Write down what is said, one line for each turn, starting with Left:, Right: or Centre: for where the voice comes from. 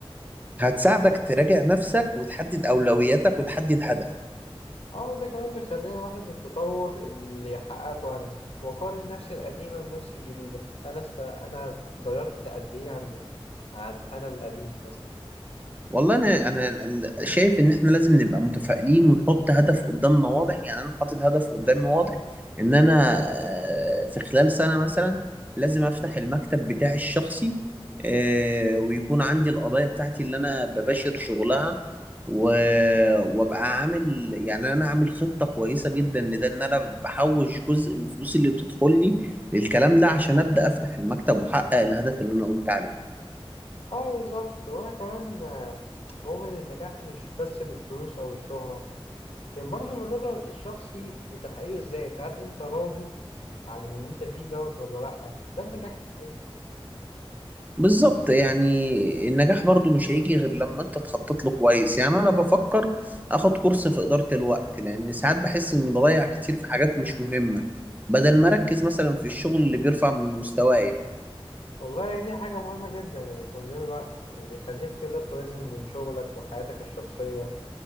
Right: هتساعدك تراجع نفسك وتحدد اولوياتك وتحدد هدف
Left: اه ده كمان بيخليني الاحظ التطور اللي حققته انا واقارن نفسي القديمه بنفسي الجديده انا است... انا اتغيرت قد ايه عن عن انا القديم مثلا
Right: والله انا انا ال- شايف ان احنا لازم نبقى متفائلين ونحط هدف قدامنا واضح يعني انا حاطط هدف قدامي واضح ان انا آه، في خلال سنة مثلا لازم افتح المكتب بتاعي الشخصي آه، ويكون عندي القضايا بتاعتي اللي انا بباشر شغلها و- وابقى عامل يعني انا عامل خطة كويسة جدا لده ان انا بحوش جزء من الفلوس اللي بتدخل لي للكلام ده عشان ابدا افتح المكتب واحقق الهدف اللي انا قلت عليه
Left: اه بالظبط وانا كمان آه، مؤمن إن النجاح مش بس بالفلوس او الشهره لكن برضه بالرضا الشخصي وتحقيق الذات هل انت راضي عن اللي انت فيه دوت ولا لأ ده النجاح الحقيقي
Right: بالظبط يعني النجاح برضو مش هيجي غير لما انت تخطط له كويس يعني انا بفكر اخد كورس في ادارة الوقت لان ساعات بحس اني بضيع كتير في حاجات مش مهمة بدل ما اركز مثلا في الشغل اللي بيرفع من مستواي
Left: والله دي حاجة مهمة جدا يعني تنظيم الوقت يعني بيخليك تقدر توازن بين شغلك وحياتك الشخصية